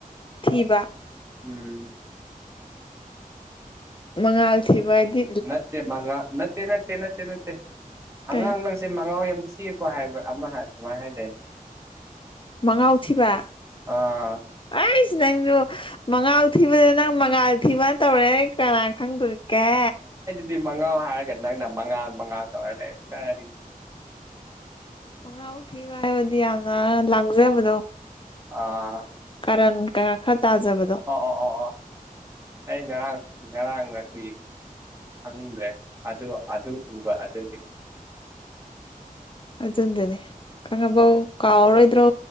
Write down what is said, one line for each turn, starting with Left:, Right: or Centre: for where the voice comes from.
Left: ꯊꯕ
Right: ꯎꯝ
Left: ꯃꯉꯥꯜ ꯊꯤꯕꯗꯤ
Right: ꯅꯠꯇꯦ ꯃꯉ ꯅꯠꯇꯦ ꯅꯠꯇꯦ ꯅꯠꯇꯦ ꯅꯠꯇꯦ
Left: ꯀꯩ
Right: ꯑꯉꯥꯡꯥꯡ ꯁꯦ ꯃꯉꯥꯎ ꯌꯥꯝ ꯊꯤꯔꯀꯣ ꯍꯥꯏꯕ꯭ꯔꯥ ꯑꯃ ꯑꯗꯨꯃꯥꯏꯅ ꯍꯥꯏꯇꯥꯏꯅꯦ
Left: ꯃꯉꯥꯎꯊꯤꯕ
Right: ꯑꯥ
Left: ꯑꯩꯁ ꯅꯪꯁꯨ ꯃꯉꯥꯜ ꯊꯤꯕꯗ ꯅꯪ ꯃꯉꯥꯜ ꯊꯤꯕꯅ ꯇꯧꯔꯦ ꯀꯅꯥꯥꯡ ꯈꯪꯗꯔꯀꯦ
Right: ꯁꯤ ꯃꯉꯥꯎ ꯍꯥꯏꯔꯒꯗꯤ ꯅꯪꯅ ꯃꯉꯥ ꯃꯉꯥ ꯇꯧꯔ ꯂꯩ ꯀꯔꯤꯪ
Left: ꯃꯉꯥꯕꯨꯨꯛ ꯊꯤꯌꯨ ꯍꯥꯏꯕꯗꯤ ꯌꯥꯝꯅ ꯂꯥꯡꯖꯕꯗꯣ
Right: ꯑ
Left: ꯀꯔꯟ ꯀꯌꯥ ꯈꯔ ꯇꯥꯖꯕꯗ
Right: ꯑꯣ ꯑꯣ ꯑꯣ ꯑꯣ ꯑꯩ ꯉꯔꯥꯡ ꯉꯔꯥꯡ ꯅꯨꯄꯤꯄꯤ ꯈꯪꯗ꯭ꯔꯦ ꯑꯗꯨ ꯑꯗꯨ ꯎꯕ ꯑꯗꯨꯒꯤ
Left: ꯑꯗꯨ ꯑꯗꯨꯗꯅꯦ ꯀꯉꯕꯎ ꯀꯥꯎꯔꯣꯏꯗ꯭ꯔꯣ